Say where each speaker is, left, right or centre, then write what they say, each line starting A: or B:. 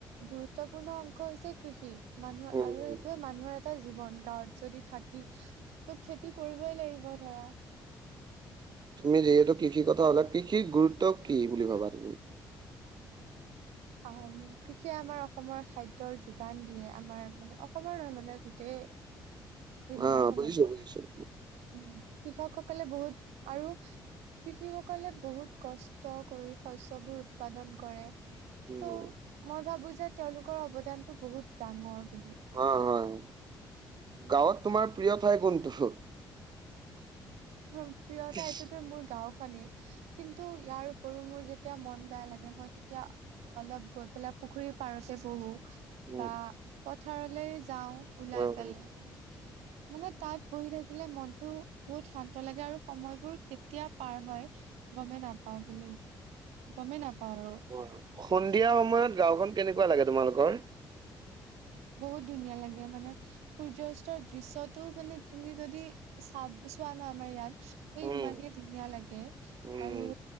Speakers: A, on the right; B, on the right.
A: গুৰুত্বপূৰ্ণ অংশ হৈছে কৃষি। মানুহৰ
B: উম,
A: আৰু সেইটোয়ে মানুহৰ এটা জীৱন। গাঁৱত যদি থাকি, ত খেতি কৰিবই লাগিব ধৰা।
B: তুমি যিহেতু কৃষিৰ কথা কলা। কৃষিৰ গুৰুত্ব কি বুলি ভাবা তুমি?
A: আ, কৃষিয়ে আমাৰ অসমৰ খাদ্যৰ যোগান দিয়ে। আ আমাৰ মানে অসমৰ মানে গোটেই দুুনীয়াখনতে
B: অ', বুজিছোঁ, বুজিছোঁ।
A: উম, কৃষকসকলে বহুত আৰু কৃষিসকলে বহুত কষ্ট কৰি শস্যবোৰ উৎপাদন কৰে।
B: উম।
A: ত' মই ভাবো যে তেওঁলোকৰ অৱদানতটো বহুত ডাঙৰ। বুলি।
B: হয়, হয়। গাঁৱত তোমাৰ প্ৰিয় ঠাই কোনটো?
A: হম, প্ৰিয় ঠাইতোতো
B: উম,
A: মোৰ গাওঁখনে। কিন্তু ইয়াৰ উপৰিও মোৰ যে যেতিয়া মন বেয়া লাগে, মই তেতিয়া অলপ গৈ পেলাই পুখুৰীৰ পাৰতে বহো।
B: উম,
A: বা পথাৰলৈ যাওঁ ওলাই
B: হয়,
A: পেলাই।
B: হয়, উম,
A: মানে তাত বহি থাকিলে মনতো বহুত শান্ ন্ত লাগে আৰু সময়বোৰ কেতিয়া পাৰ হয় গমেই নাপাওঁ বুলি গমেই নাপাওঁ আৰু।
B: হয়, হয়। সন্ধিয়া সময়ত গাওওখন কেনেকুৱা লাগে তোমালোকৰ?
A: বহুত ধুনীয়া লাগে। মানে সূৰ্যাস্তৰ দৃশ্যটো মানে তুমি যদি চাব চোৱা ন আমাৰ ইয়াত ত
B: উম,
A: ইমানেই ধুনীয়া লাগে।
B: উম,
A: আৰু